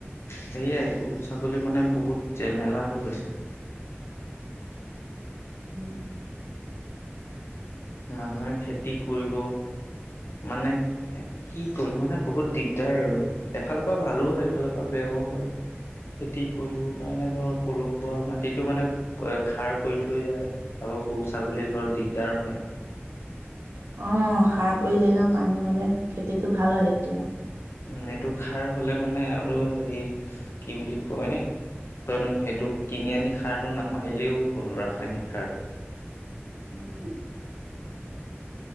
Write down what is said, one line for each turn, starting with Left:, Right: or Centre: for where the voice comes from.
Left: সেয়াই গৰু ছাগলী মানে বহুত জেমেলা হৈ গৈছে
Right: উম উম
Left: মানুহে খেতি কৰিব মানে কি <unintelligible> মানে বহুত দিগদাৰ আৰু। এফালৰ পৰা ভালো হয় এফালৰ পৰা বেয়া। <unintelligible> হয়। খেতি কৰিব কাৰণে ধৰ পলসুৱা মাটিতো মানে খাৰ কৰি থৈ যায়। গৰু ছাগলী ধৰ দিগদাৰ হয়।
Right: অঁ, সাৰ প্ৰয়োজনীয় পানী হ'লে খেতিটো ভাল হয় তেতিয়া।
Left: উম এইটো সাৰ হ'লে মানে আৰু হেৰি কি বুলি কয় ন সেইটো কিনি আনি সাৰটো নামাৰিলেও হ'ল ৰাসায়নিক সাৰটো।
Right: উম